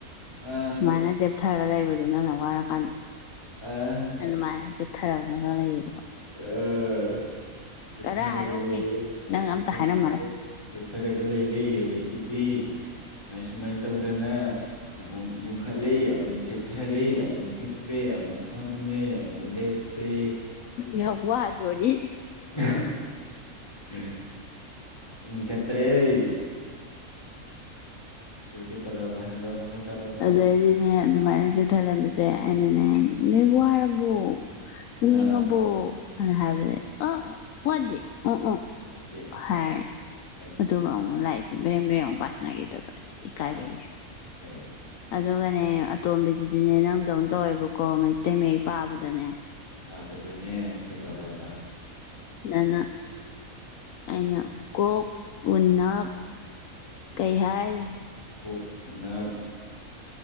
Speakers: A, on the left (about 20°); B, on the left (about 70°).
A: ꯑꯥ
B: ꯁꯨꯃꯥꯏꯅ ꯆꯦꯞ ꯆꯦꯞꯊꯔ ꯂꯩꯕꯗꯣ ꯅꯪꯅ ꯋꯥꯔꯀꯥꯟꯗ
A: ꯑꯥ
B: ꯑꯗꯨꯃꯥꯏꯅ ꯆꯦꯞꯊꯔꯒꯒ ꯂꯩꯌꯦ
A: ꯑ ꯆꯦꯞꯊꯔꯒ
B: ꯀꯔ ꯍꯥꯏꯔꯛꯎꯅꯦ
A: ꯂꯩꯌꯦ
B: ꯅꯪ
A: ꯆꯦꯞꯊꯔꯒ
B: ꯑꯝꯇ ꯍꯥꯏꯔꯝꯃꯔꯣꯏ
A: ꯆꯦꯞꯊꯔꯒ ꯂꯩꯔꯦ ꯑꯗꯩꯒꯤ ꯗꯤ ꯁꯨꯃꯥꯏ ꯁꯨꯃꯥꯏꯅ ꯇꯧꯗꯅ ꯑꯃꯨꯛ ꯌꯨꯡꯈꯠꯂꯦ ꯑꯃꯨꯛ ꯆꯦꯞꯊꯔꯦ ꯑꯃꯨꯛ ꯍꯤꯞꯄꯦ ꯑꯃꯨꯛ ꯐꯝꯃꯦ ꯑꯃꯨꯛ ꯂꯦꯞꯄꯦ
B: ꯌꯥꯝ ꯋꯥꯗꯣꯔꯤ
A: ꯑꯪ ꯍ ꯄꯨꯡ ꯆꯠꯇꯔꯦ ꯑꯗꯩ ꯀꯩꯗꯧꯔꯕ ꯍꯥꯏꯔꯛꯑꯣ ꯃꯈꯥ ꯇꯥꯔꯣ
B: ꯑꯗꯩꯗꯤꯅꯦ ꯑꯗꯨꯃꯥꯏꯅ ꯆꯦꯞꯊꯔꯒ ꯂꯩꯔꯝꯕꯁꯦ ꯑꯩꯅꯅꯦ ꯅꯣꯏ ꯋꯥꯔꯕꯣ ꯇꯨꯝꯅꯤꯡꯉꯕꯣ
A: ꯑꯥ
B: ꯑ ꯍꯥꯏꯕꯁꯦ ꯑꯪ ꯋꯥꯗꯦ ꯎꯪ ꯎꯪ
A: ꯅꯠꯇꯦ
B: ꯍꯣꯏ
A: ꯍꯥꯏꯗꯦ
B: ꯑꯗꯨꯒ ꯑꯃꯨꯛ ꯂꯥꯏꯔꯤꯛꯁꯦ ꯕ꯭ꯔꯦꯡ ꯕ꯭ꯔꯦꯡ ꯑꯃꯨꯛ ꯄꯁꯤꯟꯅꯒꯤꯗꯨꯕ ꯏꯀꯥꯏꯕꯒꯤ
A: ꯑꯥ ꯀꯥꯏꯕꯩ
B: ꯑꯗꯨ ꯑꯗꯨꯒꯅꯦ ꯑꯇꯣꯝꯕꯤꯗꯨꯗꯤꯅꯦ ꯅꯪꯗꯧꯅ ꯇꯧꯋꯦꯕꯀꯣ ꯃꯩꯇꯩ ꯃꯌꯦꯛ ꯄꯥꯕꯗꯅꯦ
A: ꯄꯥꯕꯗꯅꯦ ꯀꯩꯗꯧꯔꯕ
B: ꯅꯅꯥ ꯑꯩꯅ ꯀꯣꯛ ꯎꯅꯞ ꯀꯩꯍꯥꯏ
A: ꯀꯣꯛ ꯎꯅꯞ